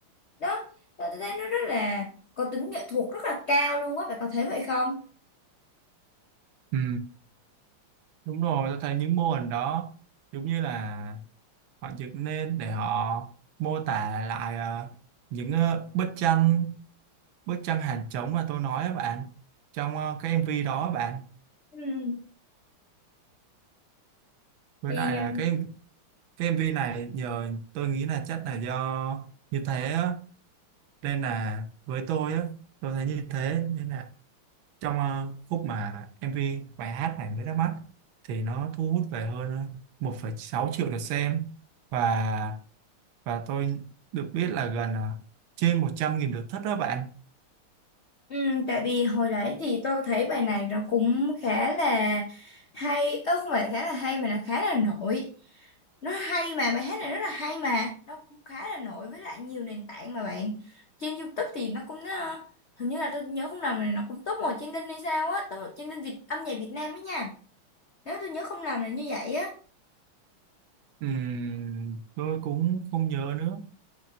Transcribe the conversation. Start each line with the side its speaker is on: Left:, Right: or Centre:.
Left: đó đó tôi thấy nó rất là có tính nghệ thuật rất là cao luôn á bạn có thấy vậy không
Right: Ừ, đúng rồi, tôi thấy những mô hình đó giống như là họ dựng lên để họ mô tả lại ờ, những ờ, bức tranh bức tranh hàng trống mà tôi nói á bạn trong ờ, cái MV đó á bạn
Left: ừ.
Right: với
Left: thì
Right: lại là
Left: ờ,
Right: cái cái MV này nhờ tôi nghĩ là chắc là do như thế á. nên là với tôi á tôi thấy như thế nên là trong ờ, khúc mà MV bài hát này mới ra mắt thì nó thu hút về hơn ờ, một phẩy sáu triệu lượt xem và và tôi được biết là gần ờ, trên 100.000 lượt thích đó bạn
Left: Ừ, tại vì hồi nãy thì tôi thấy bài này nó cũng khá là hay, ơ không phải khá là hay mà là khá là nổi. Nó hay mà, bài hát này rất là hay mà, nó cũng khá là nổi với lại nhiều nền tảng mà bạn. Trên YouTube thì nó cũng ờ, hình như là tôi nhớ không lầm là nó cũng top một trên Đinh hay sao á, top một trên Đinh Việt âm nhạc Việt Nam ấy nha. Nếu tôi nhớ không lầm là như vậy á.
Right: Ừm, tôi cũng không nhớ nữa